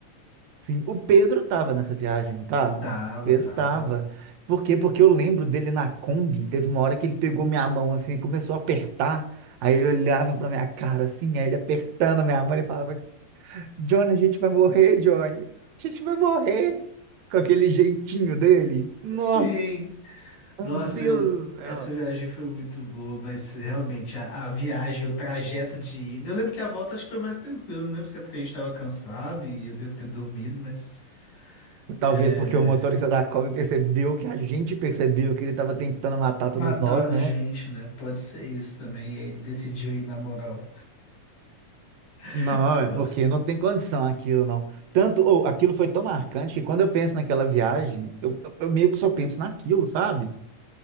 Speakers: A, on the right; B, on the left.
A: Sim, o Pedro tava nessa viagem, não tava?
B: Tava,
A: O Pedro
B: tava.
A: tava. Por quê? Porque eu lembro dele na Kombi, teve uma hora que ele pegou minha mão assim, e começou a apertar. Aí ele olhava pra minha cara assim, aí ele apertando a minha mão, ele falava: Johnny, a gente vai morrer, Johnny. A gente vai morrer. Com aquele jeitinho dele. Nossa,
B: Sim.
A: meu
B: Nossa,
A: Deus
B: eu,
A: do céu.
B: essa viagem foi muito boa, mas realmente a, a viagem, o trajeto de ida. Eu lembro que a volta acho que foi mais tranquilo. Não lembro se é porque a gente tava cansado e eu devo ter dormido, mas
A: Talvez
B: é,
A: porque o motorista da Kombi percebeu que a gente percebeu que ele estava tentando matar
B: matar
A: todos nós,
B: a
A: né
B: gente, né? Pode ser isso também. E aí ele decidiu ir na moral. <laughs>
A: Não, é porque
B: Força.
A: não tem condição aquilo, não. Tanto, ou aquilo foi tão marcante que quando eu penso naquela viagem, eu, eu meio que só penso naquilo, sabe?